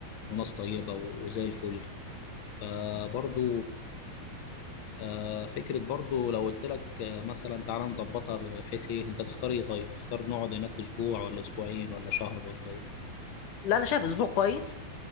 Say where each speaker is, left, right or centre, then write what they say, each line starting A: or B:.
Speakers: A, on the left (about 80°); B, on the left (about 60°).
A: وناس طيبه وزي الفل فبرضو آه، فكرة برضو لو قلت لك آه، مثلا تعالى نظبطها بحيث ايه انت تختار ايه طيب تختار نقعد هناك اسبوع ولا اسبوعين ولا شهر ولا ايه
B: لا انا شايف اسبوع كويس